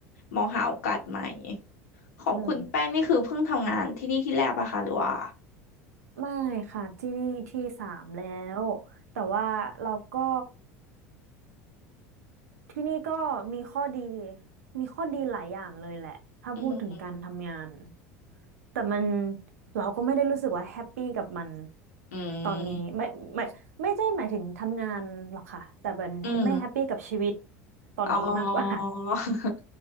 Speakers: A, on the left; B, on the right.
A: มองหาโอกาสใหม่ของคุณแป้งนี่คือเพิ่งทำงานที่นี่ที่แรกปะคะหรือว่า
B: อืมไม่ค่ะที่นี่ที่สามแล้วแต่ว่าเราก็ ที่นี่ก็มีข้อดีมีข้อดีหลายอย่างเลยแหละถ้าพูดถึงการทำงาน
A: อืม
B: แต่มันเราก็ไม่ได้รู้สึกว่าแฮปปี้กับมัน
A: อืม
B: ตอนนี้ไม่ไม่ไม่ใช่หมายถึงทำงานหรอกค่ะแต่เป็นไม่แฮปปี้กับชีวิต
A: อืม
B: ตอนนี้มากกว่า
A: อ๋อ <laughs>